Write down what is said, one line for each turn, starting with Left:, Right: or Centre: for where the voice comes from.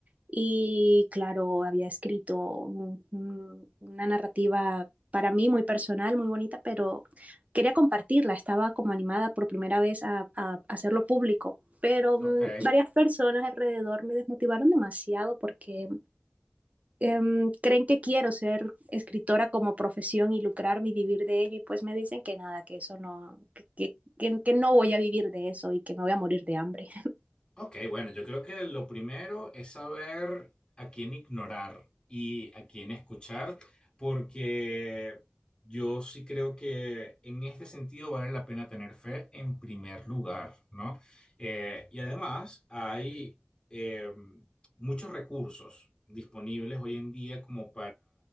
Right: Y claro, había escrito un- un- una narrativa para mí muy personal, muy bonita, pero quería compartirla. Estaba como animada por primera vez a, a hacerlo público, pero mm,
Left: Ok.
Right: varias personas alrededor me desmotivaron demasiado porque em, creen que quiero ser escritora como profesión y lucrarme y vivir de ello, y pues me dicen que nada, que eso no, que, que, que que no voy a vivir de eso y que me voy a morir de hambre.
Left: Ok, bueno, yo creo que lo primero es saber a quién ignorar y a quién escuchar, porque yo sí creo que en este sentido vale la pena tener fe en primer lugar, ¿no? Eh, y además hay eh, muchos recursos disponibles hoy en día como